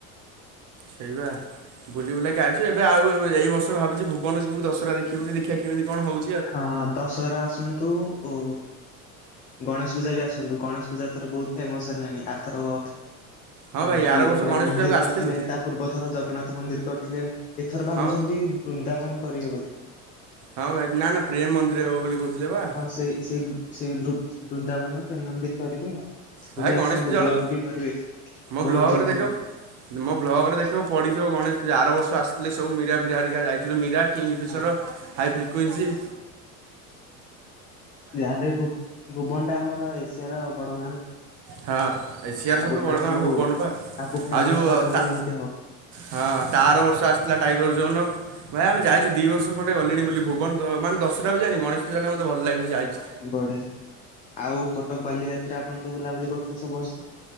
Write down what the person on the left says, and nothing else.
ହଁ ଦଶହରା ଆସନ୍ତୁ ଓ ଗଣେଶ ପୂଜା ବି ଆସନ୍ତୁ ଗଣେଶ ପୂଜା ଥର ବହୁତ ଫେମସ ହେଲାଣି ଆର୍ଥର
କଣ
ସେଠି
ରାମ ମନ୍ଦିର
କରିଥିଲେ ତା ପୂର୍ବ ଥର ଜଗନ୍ନାଥ ମନ୍ଦିର କରିଥିଲେ। ଏଥର ଭାବୁଛନ୍ତି
ବୃନ୍ଦାବନ କରିବ ବୋଧେ!
ସେ ସେଇ ଭୁ ସେଇ ବୃ ବୃନ୍ଦାବନ।। ପ୍ରେମ୍ ମନ୍ଦିର କରିବେ ଆ
ବୁଲି
ଆସନ୍ତୁ
ବ୍ଲଗ ବି କରିବେ
ବହୁତ ଭିଓ
ଯିବ।
ହଁ
ଯାହାହେଲେ ଭୁବନ ଟା ଆମର ଏସିଆ ର ବଡ ଗାଁ ନା।।
ଆଉ
ତାକୁ
ତାକୁ ଫେମସ
ନ କଲେ କେମିତି ହବ
ବଢିଆ ଆଉ କଟକ ବାଲିଯାତ୍ରା ଆପଣ ତ ବୁଲାବୁଲି କରୁଥିବେସବୁ ବର୍ଷ?